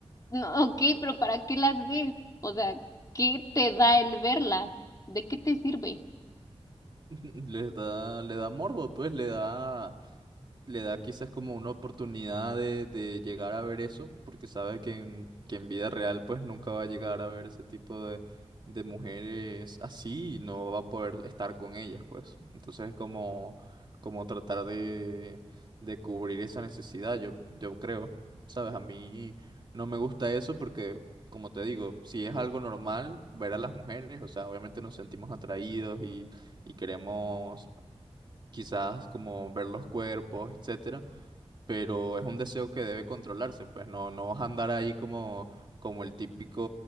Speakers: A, on the left; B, on the right.
A: no, ok, pero ¿para qué las ves? O sea, ¿qué te da el verlas? ¿De qué te sirve?
B: <laughs> Les da, le da morbo, pues, le da le da quizás como una oportunidad de, de llegar a ver eso, porque sabe que en, que en vida real pues nunca va a llegar a ver ese tipo de, de mujeres así y no va a poder estar con ellas pues. Entonces es como, como tratar de, de cubrir esa necesidad, yo, yo creo, ¿sabes? A mí no me gusta eso porque... Como te digo, si es algo normal ver a las mujeres, o sea, obviamente nos sentimos atraídos y, y queremos quizás como ver los cuerpos, etcétera pero es un deseo que debe controlarse, pues no, no vas a andar ahí como, como el típico